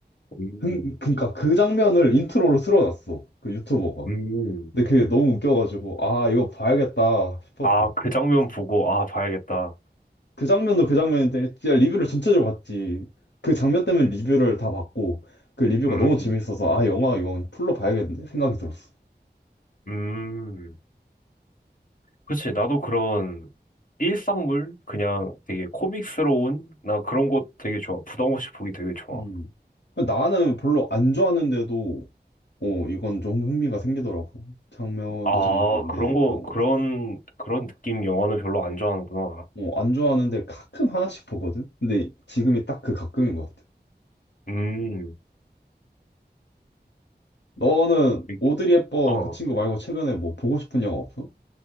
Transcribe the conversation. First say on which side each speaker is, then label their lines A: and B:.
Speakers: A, on the left (about 50°); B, on the left (about 80°).
A: 음,
B: 흥- 그러니까 그 장면을 인트로로 틀어놨어 그 유튜버가.
A: 음.
B: 근데 그게 너무 웃겨가지고 아 이거 봐야겠다 싶었어.
A: 아, 그 장면 보고, 아, 봐야겠다.
B: 그 장면도 그 장면인데 진짜 리뷰를 전체적으로 봤지. 그 장면 때문에 리뷰를 다 봤고 그 리뷰가
A: 음,
B: 너무 재밌어서 아 영화 이건 풀로 봐야겠는데 생각이 들었어.
A: 음. 그치, 나도 그런 일상물? 그냥 되게 코믹스러운? 나 그런 거 되게 좋아. 부담 없이 보기 되게 좋아.
B: 음. 나는 별로 안 좋아하는데도 어, 이건 좀 흥미가 생기더라고. 장면도
A: 아,
B: 장면인데,
A: 그런 거,
B: 어,
A: 그런, 그런 느낌 영화는 별로 안 좋아하는구나.
B: 어, 안 좋아하는데 가끔 하나씩 보거든? 근데 지금이 딱 그 가끔인 것 같아.
A: 음,
B: 너는
A: 이-
B: 오드리 헵번
A: 어,
B: 그 친구 말고 최근에 뭐 보고 싶은 영화 없어?